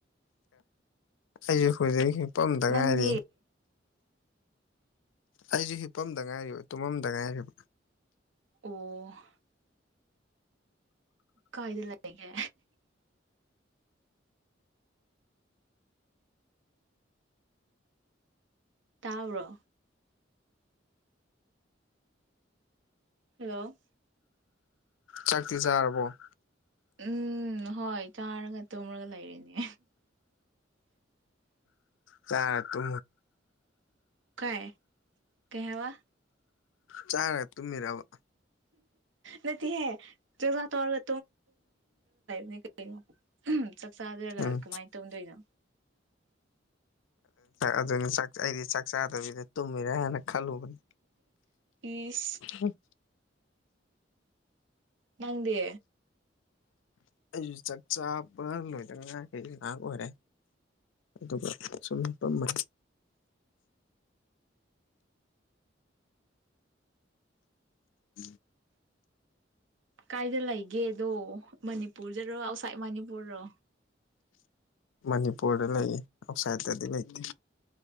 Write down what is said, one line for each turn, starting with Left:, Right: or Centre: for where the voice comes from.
Left: ꯑꯩꯁꯨ ꯍꯧꯖꯤꯛꯐꯝꯗ ꯉꯥꯏꯔꯤ
Right: ꯅꯪꯗꯤ
Left: ꯑꯩꯁꯨ ꯍꯤꯞꯄꯝꯗ ꯉꯥꯏꯔꯤꯕ ꯇꯨꯝꯃꯝꯗ ꯉꯥꯏꯔꯤꯕ
Right: ꯑ ꯀꯥꯏꯗ ꯂꯩꯒꯦ ꯇꯥꯎꯔꯣ ꯍꯜꯂꯣ
Left: ꯆꯥꯛꯇꯤ ꯆꯥꯔꯕꯣ
Right: ꯎꯝ ꯍꯣꯏ ꯆꯥꯔꯒ ꯇꯨꯝꯔꯒ ꯂꯩꯔꯤꯅꯦ
Left: ꯀ ꯇꯨ
Right: ꯀꯥꯏ ꯀꯩ ꯍꯥꯏꯋꯥ
Left: ꯆꯥꯔꯒ ꯇꯨꯝꯃꯤꯔꯕ
Right: ꯅ ꯍ ꯆꯁ ꯇꯧꯔꯒ ꯂꯣ ꯎ ꯆꯥꯛ ꯆꯥꯗꯔꯒ
Left: ꯎꯝ
Right: ꯀꯃꯥꯏꯅ ꯇꯧꯅꯗꯣꯏꯅꯣ
Left: ꯑꯗꯨꯅꯤꯥꯛ ꯑꯩꯗꯤ ꯆꯥꯛ ꯆꯥꯗꯕꯤꯗ ꯇꯨꯝꯃꯤꯔꯦ ꯍꯥꯏꯅ ꯈꯜꯂꯨꯕꯅꯤ
Right: ꯏꯁ
Left: ꯎꯝ
Right: ꯅꯪꯗꯤ
Left: ꯑꯩꯁꯨ ꯆꯥꯛ ꯆꯥꯕ ꯂꯣꯏꯗꯉꯥꯏꯈ ꯉꯥꯏꯍꯥꯛ ꯑꯣꯏꯔꯦ ꯑꯗꯨꯒ ꯁꯨꯝ ꯄꯝꯃ ꯎꯝ
Right: ꯀꯥꯏꯗ ꯂꯩꯒꯦꯗꯣ ꯃꯅꯤꯄꯨꯔꯗꯔꯣ ꯑꯥꯎꯠꯁꯥꯏꯠ ꯃꯅꯤꯄꯨꯔꯔꯣ
Left: ꯃꯅꯤꯄꯨꯔꯗ ꯂꯩꯌꯦ ꯑꯥꯎꯠꯁꯥꯏꯠꯇꯗꯤ ꯂꯩꯇꯦ